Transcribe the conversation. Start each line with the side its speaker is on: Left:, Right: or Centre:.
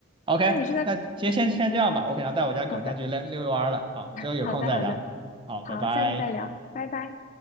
Right: ，OK，
Left: 那你是在，
Right: 那先先先这样吧，我可能要带我家狗下去遛遛弯儿了，
Left: 好的，
Right: 好，我们之后有空再聊，
Left: 好的，好的，
Right: 好，
Left: 好，
Right: 拜拜。
Left: 下次再聊，拜拜。